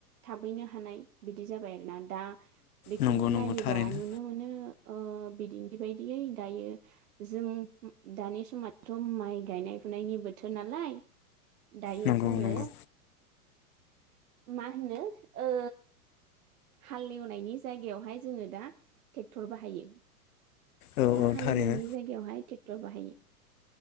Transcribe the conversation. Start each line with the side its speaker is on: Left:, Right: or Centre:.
Right: थाबैनो हानाय बिदि जाबाय आरोना दा बेखौनो
Left: नंगौ
Right: नायो
Left: नंगौ थारैनो
Right: नुनो मोनो ओ बिदिन्थि बायदियै दायो जों दानि समावथ' माइ गायनाय फुनायनि बोथोर नालाय दायो
Left: नंगौ
Right: जोंङो
Left: नंगौ
Right: मा होनो ओ हालेवनायनि जायगायावहाय जोंङो दा ट्रेक्टर बाहायो।
Left: औ
Right: दा
Left: औ
Right: हालेवनायनि
Left: थारैनो
Right: जायगायावहाय ट्रेक्टर बाहायो।